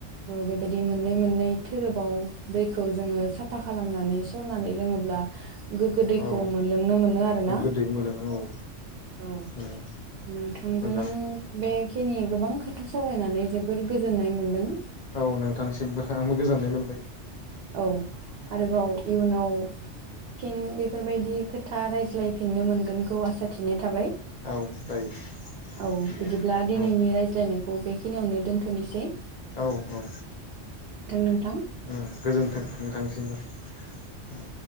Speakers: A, on the right; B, on the left.
A: बेबायदि मोननै मोननै धोरोबाव दैखौ जोङो साफा खालामनानै सरनानै लोङोब्ला गोग्गो दैखौ
B: औ
A: मोनलोंनो मोनो आरो
B: गोग्गो
A: ना।
B: दै मोलोङो औ
A: औ
B: उम
A: नोंथांजों
B: मोजां
A: बे खिनि गोबां खोथा सावरायनानै जोबोर गोजोननाय मोन्दों।
B: औ नोंथांसिमबो आंबो गोजोननाय मोन
A: औ आरोबाव इयुनाव फिन बेफोरबायदि खोथा रायज्लायफिननो मोनगोनखौ आसा थिनाय थाबाय
B: औ जायो
A: औ
B: दे
A: बिदिब्ला दिनैनि
B: औ
A: रायज्लायनायखौ बे खिनियावनो दोन्थ'नोसै
B: औ औ
A: नोंथां
B: उम गोजोनथों नोंथांनिसिमबो उम